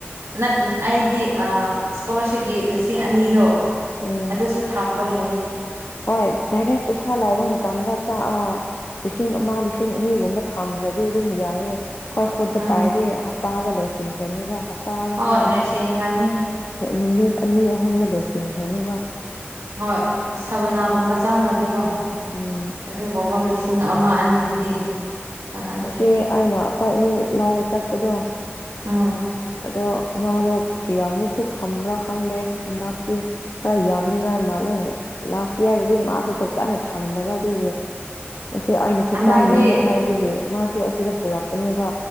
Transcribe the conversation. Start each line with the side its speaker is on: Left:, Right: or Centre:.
Right: ꯅ ꯑꯩꯗꯤ ꯏꯁꯀꯣꯂꯥꯔꯁꯤꯞꯀꯤ ꯂꯤꯁꯤꯡ ꯑꯅꯤꯗꯣ
Left: ꯎꯝ
Right: ꯑꯗꯨꯁꯨ ꯊꯝꯕꯒꯤꯅꯦ
Left: ꯍꯣꯏ ꯗꯥꯔꯦꯛ ꯄꯩꯁꯥ ꯂꯥꯏꯕ ꯃꯇꯝꯗ ꯑ ꯂꯤꯁꯤꯡ ꯑꯃ ꯂꯤꯁꯤꯡ ꯑꯅꯤꯒꯨꯝꯕ ꯊꯝꯈ꯭ꯔꯗꯤ ꯑꯗꯨꯝ ꯌꯥꯏꯌꯦ ꯍꯣꯏ ꯈꯨꯠꯇ
Right: ꯎꯝ
Left: ꯄꯥꯏꯗꯤ ꯍꯞꯇꯥ ꯑꯃꯗ ꯂꯣꯏꯁꯤꯟ ꯈꯔꯥꯅꯤꯕ ꯍꯞꯇꯥꯗ
Right: ꯍꯣꯏ
Left: ꯍꯥꯏꯔꯨꯅꯨ
Right: ꯂꯣꯏꯁꯤꯟꯈ꯭ꯔꯅꯤ
Left: ꯅꯨꯃꯤꯠ ꯑꯅꯤ ꯑꯍꯨꯝꯗ ꯂꯣꯏꯁꯤꯟꯈ꯭ꯔꯅꯦꯕ
Right: ꯍꯣꯏ ꯁꯕꯅꯥꯒꯨꯝꯕ ꯆꯪꯉꯥꯗꯤꯀꯣ
Left: ꯎꯝ
Right: ꯑꯗꯨꯒꯨꯝ ꯑꯃ ꯂꯣꯏꯁꯤ ꯂꯤꯁꯤꯡ ꯑꯃ ꯑꯅꯤꯗꯨꯗꯤ ꯀꯥꯟꯅꯗ꯭ꯔꯦ
Left: ꯑꯁꯤ ꯑꯩꯅ ꯑꯩꯈꯣꯏ ꯑꯅꯤ ꯂꯧꯕ ꯆꯠꯄꯗꯣ
Right: ꯎꯝ
Left: ꯑꯗꯣ ꯃꯥꯗꯣ ꯀꯌꯥꯃꯨꯛꯁꯨ ꯊꯝꯕ꯭ꯔꯥ ꯈꯪꯗꯦ ꯍꯟꯗꯛꯇꯤ ꯈꯔ ꯌꯥꯝꯅꯤꯡꯉꯥꯏ ꯃꯥꯜꯂꯦ ꯂꯥꯁ ꯏꯌꯥꯔꯗꯗꯤ ꯃꯥꯁꯨ ꯐꯖꯅ ꯊꯝꯗꯥꯕ ꯑꯗꯨꯒꯤ ꯑꯁꯤ ꯑꯩꯅ
Right: ꯍꯟꯗꯛꯇꯤ
Left: ꯊꯨꯀꯥꯏꯅꯤꯡꯉꯦ ꯍꯥꯏꯕꯒꯤ ꯃꯥꯁꯨ ꯑꯁꯤꯗ ꯄꯨꯔꯛꯄꯅꯦꯕ